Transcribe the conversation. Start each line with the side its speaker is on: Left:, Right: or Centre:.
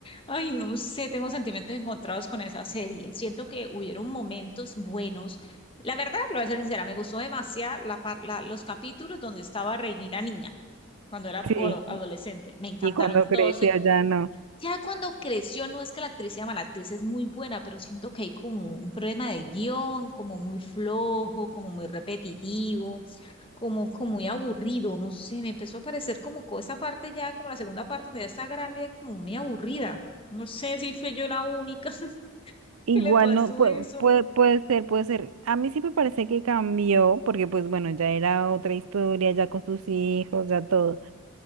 Left: Ay, no sé, tengo sentimientos encontrados con esa serie. Siento que hubieron momentos buenos. La verdad, lo voy a ser sincera, me gustó demasiado la, par- la- los capítulos donde estaba Rhaenyra niña, cuando era
Right: sí,
Left: o- adolescente. Me encantaron
Right: y cuando creció
Left: todos.
Right: ya no.
Left: Ya cuando creció, no es que la actriz sea mala, la actriz es muy buena, pero siento que hay como un problema de guión, como muy flojo, como muy repetitivo, como, como muy aburrido, no sé, me empezó a parecer como co- esa parte ya, como la segunda parte donde ya está grande, ya como muy aburrida. No sé si fui yo la única <laughs>
Right: Igual
Left: que le pasó
Right: no, puede,
Left: eso.
Right: puede, puede ser, puede ser. A mí sí me parece que cambió, porque pues bueno, ya era otra historia, ya con sus hijos, ya todo.